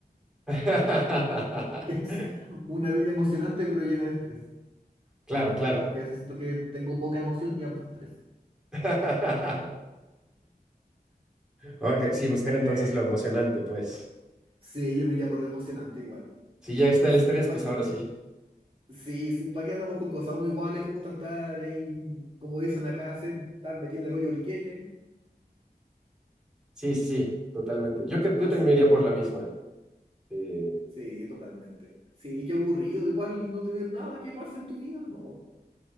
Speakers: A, in the centre; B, on the right.
A: <laughs>
B: <laughs> que es una vida emocionante pero llena de estrés.
A: Claro,
B: No, mentira,
A: claro.
B: la verdad es que a veces siento que tengo poca emoción y harto estrés.
A: <laughs> Ok, sí, buscar entonces
B: Eh,
A: lo emocionante, pues.
B: sí, yo me iría por lo emocionante igual.
A: Si
B: Sí,
A: ya está el
B: sí,
A: estrés,
B: pa
A: pues
B: que,
A: ahora sí.
B: sí, sí, ¿para qué andamos con cosas? A uno igual les gusta estar ahí, como dicen acá, se- estar metido en el hoyo el queque.
A: Sí, sí, sí, totalmente. Yo, que, yo
B: Así
A: también me
B: que,
A: iría por la misma. Eh,
B: sí, totalmente. Sí, qué aburrido, igual no tener nada que pase en tu vida, no.